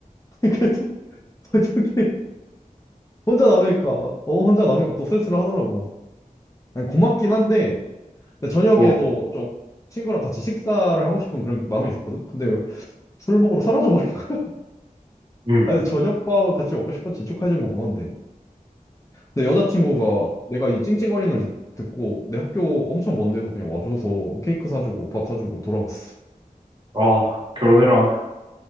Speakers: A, on the left (about 20°); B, on the right (about 35°).
A: <laughs> 그래도 저녁에 혼자 남으니까 어 혼자 남으니까 또 쓸쓸 하더라고. 아니, 고맙긴 한데 근데 저녁에도
B: 어,
A: 좀 친구랑 같이 식사를 하고 싶은 그런 마음이 있었거든. 근데 술 먹으러 사라져버린. <laughs>
B: 음.
A: 아니, 저녁밥 같이 먹고 싶었지. 축하해준 건 고마운데. 내 여자친구가 내가 이 찡찡거리는 걸 듣고 내 학교 엄청 먼데도 그냥 와줘서 케이크 사주고 밥 사주고 돌아왔어.
B: 아, 결혼해라.